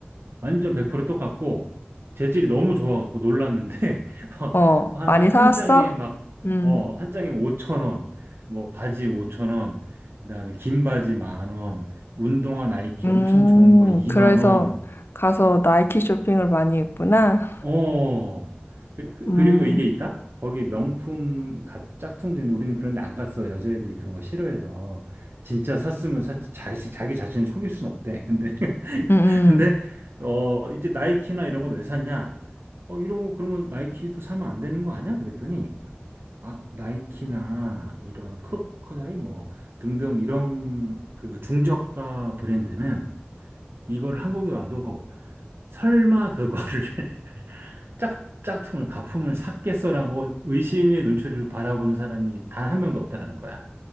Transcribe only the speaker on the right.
완전 100% 똑같고, 재질이 너무 좋아갖고 놀랐는데, <laughs> 막,
하나,
한 장에 막,
어, 한 장에 5천원, 뭐, 바지 5천원, 그다음에 긴 바지 만원, 운동화 나이키
엄청 좋은 거 2만원,
어, 그, 그-
그리고 이게 있다? 거기 명품 가, 짝퉁도 있는데 우리는 그런데 안 갔어. 여자애들이 그런 거 싫어해서. 진짜 샀으면 샀지. 자, 자기 자신을 속일 순 없대. 근데, <laughs>
근데, 어, 이제 나이키나 이런 거 왜 샀냐? 어, 이런 거 그러면 나이키도 사면 안 되는 거 아니야? 그랬더니, 아, 나이키나 이런 크로커다이 뭐 등등 이런 그 중저가 브랜드는 이거를 한국에 와도 설마 그거를 <laughs> 짝, 짝퉁을, 가품을 샀겠어라고 의심의 눈초리로 바라본 사람이 단 한 명도 없다라는 거야.